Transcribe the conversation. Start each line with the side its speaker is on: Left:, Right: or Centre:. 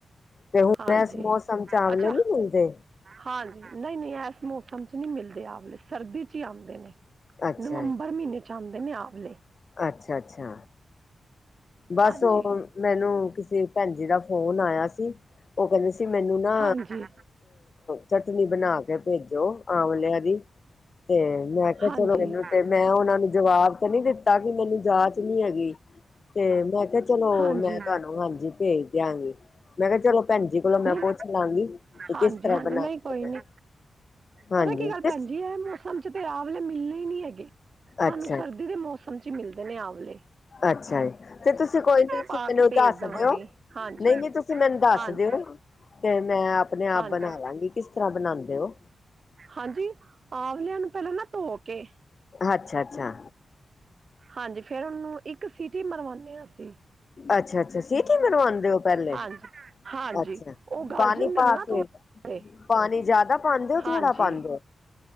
Left: ਤੇ ਹੁਣ
Right: ਹਾਂਜੀ
Left: ਇਸ ਮੌਸਮ ਆਂਵਲੇ
Right: ਅੱਛਾ
Left: ਨੀ ਮਿਲਦੇ।
Right: ਹਾਂਜੀ ਨਹੀਂ- ਨਹੀਂ ਇਸ ਮੌਸਮ 'ਚ ਨਹੀਂ ਮਿਲਦੇ ਆਂਵਲੇ ਸਰਦੀ 'ਚ ਹੀ ਆਉਂਦੇ ਨੇ।
Left: ਅੱਛਾ
Right: ਨਵੰਬਰ ਮਹੀਨੇ 'ਚ ਆਉਂਦੇ ਨੇ ਆਂਵਲੇ
Left: ਅੱਛਾ- ਅੱਛਾ ਬਸ
Right: ਹਾਂਜੀ
Left: ਉਹ ਮੈਨੂੰ ਕਿਸੇ ਭੈਣ ਜੀ ਦਾ ਫੋਨ ਆਇਆ ਸੀ। ਉਹ ਕਹਿੰਦੇ ਸੀ ਮੈਨੂੰ ਨਾ
Right: ਹਾਂਜੀ।
Left: ਚਟਨੀ ਬਣਾ ਕੇ ਭੇਜੋ ਆਂਵਲਿਆਂ ਦੀ। ਤੇ ਮੈਂ ਕਿਹਾ
Right: ਹਾਂਜੀ।
Left: ਚਲੋ ਏਨੂੰ ਤੇ ਮੈਂ ਓਨਾਂ ਨੂੰ ਜਵਾਬ ਤੇ ਨੀ ਦਿੱਤਾ ਕੀ ਮੈਨੂੰ ਜਾਚ ਨੀ ਹੈਗੀ। ਤੇ ਮੈਂ ਕਿਹਾ ਚਲੋ
Right: ਹਾਂਜੀ।
Left: ਮੈਂ ਤੁਹਾਨੂੰ ਹਾਂਜੀ ਭੇਜ ਦਿਆਂਗੀ। ਮੈਂ ਕਿਆ ਚਲੋ ਭੈਣ ਜੀ ਕੋਲੋਂ ਮੈਂ
Right: ਨਹੀਂ
Left: ਪੁੱਛ ਲਾਂਗੀ ਤੇ ਕਿਸ
Right: ਹਾਂਜੀ
Left: ਤਰ੍ਹਾਂ
Right: ਹਾਂਜੀ
Left: ਬਣਾਦੇ
Right: ਨਹੀਂ ਕੋਈ
Left: ਪਏ
Right: ਨੀ
Left: ਨੇ। ਹਾਂਜੀ
Right: ਪਤਾ ਕੀ ਗੱਲ
Left: ਕਿਸ
Right: ਭੈਣਜੀ ਐ ਮੈਂ- ਉਂਜ ਤੇ ਮੌਸਮ 'ਚ ਤੇ ਆਵਲੇ ਮਿਲਣੇ ਈ ਨੀ ਹੈਗੇ ਸਾਨੂੰ
Left: ਅੱਛਾ
Right: ਸਰਦੀ ਦੇ ਮੌਸਮ 'ਚ ਈ ਮਿਲਦੇ ਨੇ ਆਂਵਲੇ
Left: ਅੱਛਾ ਜੀ ਤੇ ਤੁਸੀਂ ਕੋਈ ਨੀ ਤੁਸੀਂ
Right: ਪਾ
Left: ਮੈਨੂੰ
Right: ਕੇ ਭੇਜ
Left: ਦਸ
Right: ਦੇਵਾਂਗੀ
Left: ਦਿਓ।
Right: ਹਾਂਜੀ।
Left: ਨਹੀ-ਨਹੀ ਤੁਸੀਂ ਮੈਨੂੰ ਦੱਸ
Right: ਹਾਂਜੀ
Left: ਦਿਓ। ਤੇ ਮੈਂ ਆਪਣੇ ਆਪ
Right: ਹਾਂਜੀ
Left: ਬਣਾ ਲਾਂਗੀ ਕਿਸ ਤਰ੍ਹਾਂ ਬਣਾਦੇ ਓ।
Right: ਹਾਂਜੀ ਆਂਵਲਿਆਂ ਨੂੰ ਪਹਿਲਾਂ ਨਾ ਧੋ ਕੇ
Left: ਅੱਛਾ -ਅੱਛਾ
Right: ਹਾਂਜੀ ਫਿਰ ਉਹਨੂੰ ਇੱਕ ਸੀਟੀ ਮਰਵਾਣੇ ਹਾਂ ਅਸੀਂ
Left: ਅੱਛਾ -ਅੱਛਾ ਸੀਟੀ ਮਰਵਾਉਂਦੇ ਹੋ ਪਹਿਲੇ
Right: ਹਾਂਜੀ ਹਾਂਜੀ
Left: ਅੱਛਾ
Right: ਉਹ ਗਲ
Left: ਪਾਣੀ
Right: ਜਾਂਦੇ
Left: ਪਾ
Right: ਨੇ ਨਾ
Left: ਕੇ
Right: ਥੋੜੇ
Left: ਪਾਣੀ ਜਿਆਦਾ ਪਾਂਦੇ ਹੋ ਥੋੜਾ
Right: ਹਾਂਜੀ
Left: ਪਾਂਦੇ ਹੋ।